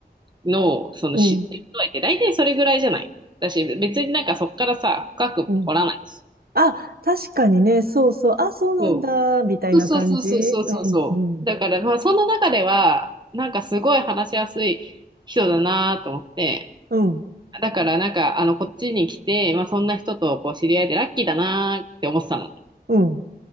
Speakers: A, on the right (about 25°); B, on the right (about 60°).
A: の、その知ってる度合いって大体それぐらいじゃないだし、
B: うん、
A: 別になんかそこからさ、深く掘らないし。
B: うん。あ、確かにね、そうそう、あ、そうなんだ、
A: そ
B: みたいな感じ。
A: う。そうそうそうそうそうそう。
B: うん、うん、
A: だからまあその中では、なんかすごい話しやすい人だなと思って、
B: うん、
A: だからなんかあのこっちに来て、まあそんな人とこう知り合えてラッキーだなって思ってたの。
B: うん、